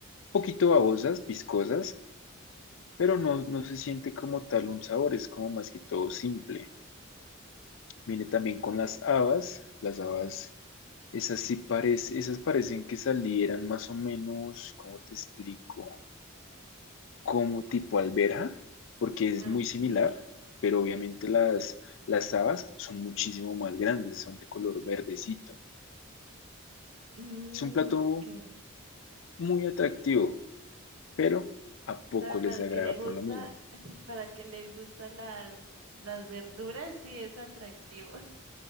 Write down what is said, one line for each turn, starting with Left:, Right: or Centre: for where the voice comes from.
Left: poquito babosas, viscosas, pero no, no se siente como tal un sabor, es como más que todo simple. Viene también con las habas, las habas, esas sí parecen, esas parecen que salieran más o menos, ¿cómo te explico? Como tipo alberja, porque
Right: Okay.
Left: es muy similar, pero obviamente las, las habas son muchísimo más grandes, son de color verdecito.
Right: Mm,
Left: Es un plato
Right: okay.
Left: muy atractivo, pero a poco
Right: Pero para
Left: les
Right: el
Left: agrada
Right: que le gusta,
Left: por lo mismo.
Right: <laughs> para el que le gustan las, las verduras, sí es atractivo.